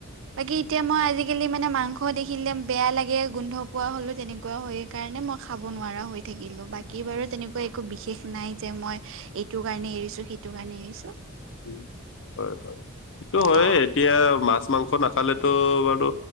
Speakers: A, on the right (about 60°); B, on the left (about 60°).
A: বাকী এতিয়া মই আজিকালি মানে মাংস দেখিলে বেয়া লাগে গোন্ধ পোৱা হ'লো, তেনেকুৱা হৈ কাৰণে মই খাব নোৱাৰা হৈ থাকিলো
B: উম,
A: বাকী বাৰু তেনে একো বিশেষ নাই যে, মই এইটো কাৰণে এৰিছোঁ, সেইটো কাৰণে এৰিছোঁ।
B: <unintelligible> তো হয়েই
A: অ
B: এতিয়া মাছ, মাংস নাখালেতো বাৰু